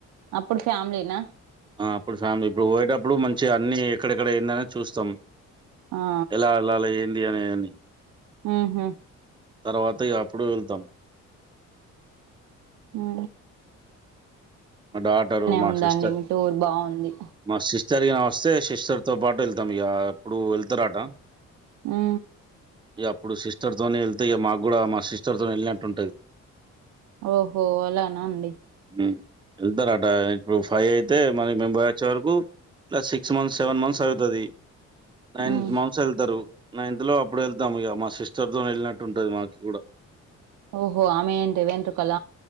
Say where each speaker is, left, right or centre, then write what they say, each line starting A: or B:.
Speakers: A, on the right; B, on the right.
A: అప్పుడు ఫ్యామిలీనా
B: ఆ అప్పుడు ఫ్యామిలీ ఇప్పుడు పోయాటప్ ఇప్పుడు మంచి అన్ని ఎక్కడెక్కడ ఏంది అనేది చూస్తాం
A: ఆ
B: ఎలా వెళ్ళాలి ఏంది అనేవన్ని
A: హుహ్
B: తర్వాత ఇగ అప్పుడు వెళ్తాం
A: హు
B: మా డాటరు మా
A: ఉందండి
B: సిస్టర్
A: మీ టూర్ బాగుంది
B: మా సిస్ట్ సరిగా వస్తే సిస్టర్ పాటు వెళ్తాం ఇగ అప్పుడు వెళ్తారాట
A: హు
B: ఇగ అప్పుడు సిస్టర్ తోనే వెళ్తే ఇగ మాకు కూడా మా సిస్టర్ తో వెళ్ళినట్టు ఉంటది
A: ఓహో అలానా అండి
B: హ్ వెళ్తారట ఇప్పుడు ఫైవ్ అయితే మనకి మీము పోయివచ్చే వరకు ఇలా సిక్స్ మంత్స్ సెవెన్ మంత్స్ అవుతాది నైన్
A: ఉమ్
B: మంత్స్ వెళ్తారు నైన్త్ లో అప్పుడు వెళ్తాం ఇగ మా సిస్టర్ తో వెళ్ళినట్టు ఉంటుంది మాకు కూడా
A: ఓహో ఆమెవెంటి వెంట్రుకల